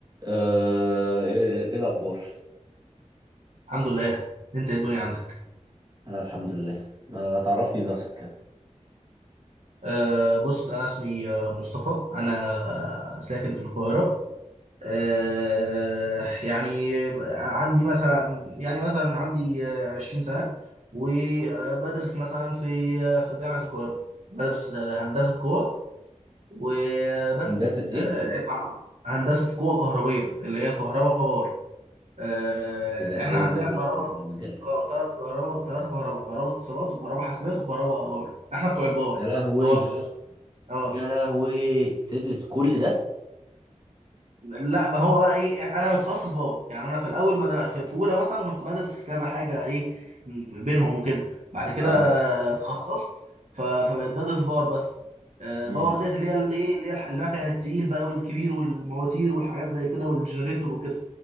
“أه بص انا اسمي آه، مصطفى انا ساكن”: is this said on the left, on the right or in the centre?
Right